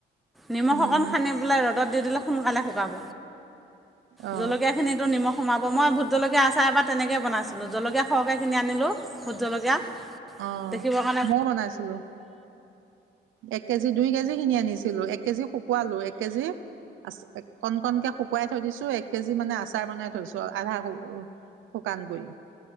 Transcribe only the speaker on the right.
উম
অ
অ
মই বনাইছিলো এক কেজি দুই কেজি খিনি আনিছিলো এক কেজি শুকালো এক কেজি আ কণ কণকে শুকুৱাই থৈ দিছো এক কেজি মানে আচাৰ বনাই থৈছো আধা শুকান কৰি